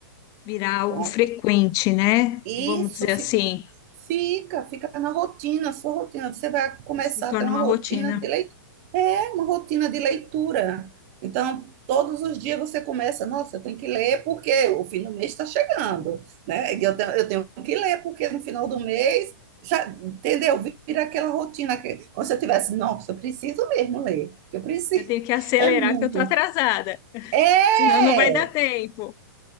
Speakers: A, on the left; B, on the right.
A: Virar algo
B: Então,
A: frequente, né?
B: isso
A: Vamos dizer assim.
B: Fica, fica na rotina, sua rotina. Você vai começar
A: Se torna
B: a ter uma
A: uma
B: rotina
A: rotina.
B: de leitura. É, uma rotina de leitura. Então, todos os dias você começa, nossa, eu tenho que ler porque o fim do mês está chegando, né? E Eu tenho, eu tenho que ler porque no final do mês, já, entendeu? Vira aquela rotina que, como se eu tivesse, nossa, eu preciso mesmo ler, eu preciso.
A: Eu tenho que acelerar
B: É muito.
A: que eu tô atrasada,
B: É!
A: senão não vai dar tempo.